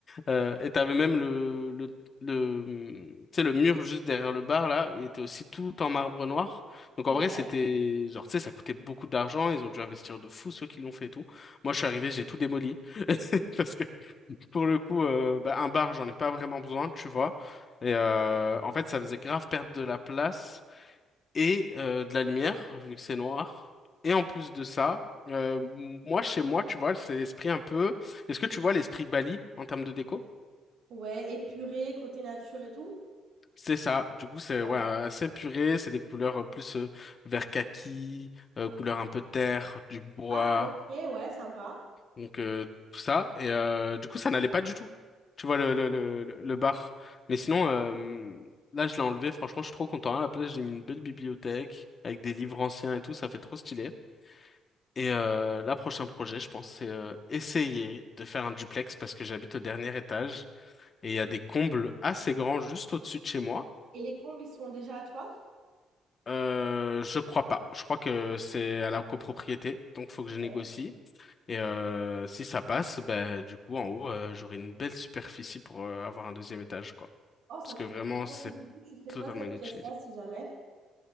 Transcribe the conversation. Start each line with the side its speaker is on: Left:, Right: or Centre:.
Left: Euh, et t'avais même le, le, le, tu sais, le mur juste derrière le bar, là. Il était aussi tout en marbre noir. Donc,
Right: Ouais.
Left: en vrai, c'était... Genre, tu sais, ça coûtait beaucoup d'argent. Ils ont dû investir de fou, ceux qui l'ont fait et tout. Moi, je suis arrivé, j'ai tout démoli. <laughs> Pour le coup, euh, bah, un bar, j'en ai pas vraiment besoin, tu vois. Et euh, en fait, ça faisait grave perdre de la place et euh, de la lumière, vu que c'est noir. Et en plus de ça, euh, moi, chez moi, tu vois, c'est l'esprit un peu... Est-ce que tu vois l'esprit Bali en termes de déco?
Right: Ouais, épuré, côté nature et tout.
Left: C'est ça. Du coup, c'est
Right: Ouais.
Left: ouais, assez puré. C'est des couleurs euh, plus euh, vert kaki, euh, couleur un peu terre, du bois.
Right: Ah, ok, ouais, sympa.
Left: Donc euh, tout ça. Et euh, du coup, ça n'allait pas du tout. Tu vois le, le, le, le le bar. Mais sinon, euh, là, je l'ai enlevé. Franchement, je suis trop content. À la place, j'ai mis une belle bibliothèque avec des livres anciens et tout. Ça fait trop stylé. Et euh, là, prochain projet, je pense, c'est euh, essayer de faire un duplex parce que j'habite au dernier étage et il y a des combles assez grands juste au-dessus de chez moi.
Right: Et les combles, ils sont déjà à toi?
Left: Euh, je crois pas. Je crois que c'est à la copropriété, donc faut
Right: Ok.
Left: que je négocie. Et euh, si ça passe, ben du coup, en haut, euh, j'aurai une belle superficie pour euh, avoir un deuxième étage, quoi.
Right: Oh, ça
Left: Parce
Right: serait
Left: que vraiment,
Right: trop bien.
Left: c'est
Right: Et du coup, tu ferais
Left: totalement
Right: quoi de cette
Left: inutilisé.
Right: pièce-là, si jamais?